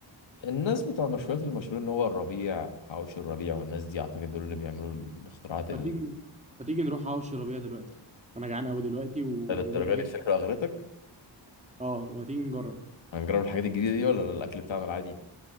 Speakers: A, on the left; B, on the right.
A: الناس بتوع المشويات المشهورين اللي هو الربيع حواوشي الربيع والناس دي اعتقد دول اللي بيعملوا الاختراعات ال-
B: ما تيجي ما تيجي نروح حوش ربيع دلوقتي انا جعان قوي دلوقتي و... و...
A: للدرجه دي الفكره اغرتك
B: اه ما تيجي نجرب
A: هنجرب الحاجات الجديده دي ولا الاكل بتاعنا العادي